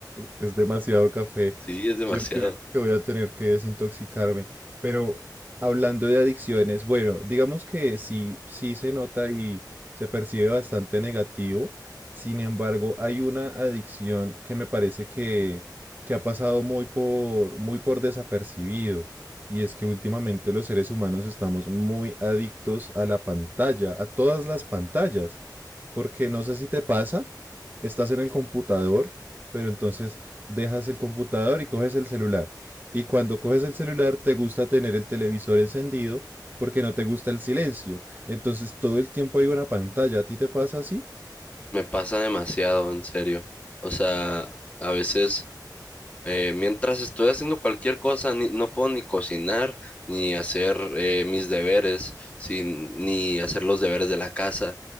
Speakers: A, on the right (about 25°); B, on the left (about 20°).
A: Es demasiado café.
B: Sí, es demasiado.
A: Yo creo que voy a tener que desintoxicarme. Pero hablando de adicciones, bueno, digamos que sí, sí se nota y se percibe bastante negativo. Sin embargo, hay una adicción que me parece que, que ha pasado muy por, muy por desapercibido. Y es que últimamente los seres humanos estamos muy adictos a la pantalla, a todas las pantallas. Porque no sé si te pasa, estás en el computador pero entonces dejas el computador y coges el celular. Y cuando coges el celular te gusta tener el televisor encendido porque no te gusta el silencio. Entonces todo el tiempo hay una pantalla. ¿A ti te pasa así?
B: Me pasa demasiado, en serio. O sea, a veces eh, mientras estoy haciendo cualquier cosa, ni- no puedo ni cocinar, ni hacer eh, mis deberes, sin, ni hacer los deberes de la casa,